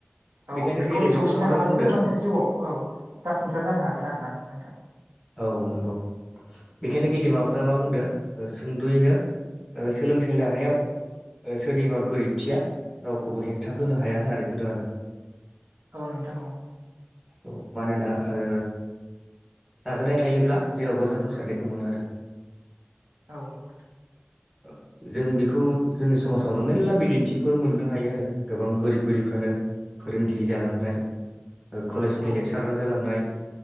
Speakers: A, on the right (about 75°); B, in the centre.
A: औ
B: बेखायनो
A: बेखौ
B: गेदेमाफ्रा
A: सौसिनो
B: माबोरै
A: हाबासो
B: बुंदों
A: माने जिउआव औ जाफुंसार जानो हागोन आरो ना नोंथां।
B: औ नंगौ बिखायनो
A: औ
B: गेदेमाफोर फोरा मा बुंदों सुंद'यैनो सोलोंथाइ लानायाव सोरनिबा गोरिबथिया रावखौबो हेंथा होनो हाया होननानै बुंदों आरो
A: औ नोंथां औ
B: औ मानोना ओ नाजानाय थायोब्ला जेरावबो जाफुंसारनायखौ मोनो आरो
A: औ नोंथां
B: <inaudible> जों बिखौ जोंनि समाजावनो मेरला बिदिन्थिफोर मोननो हायो आरो गोबां गोरिब गोरिबफ्रानो फोरोंगिरि जालांनाय ओ कलेजनि
A: औ
B: लेक्सारार जालांनाय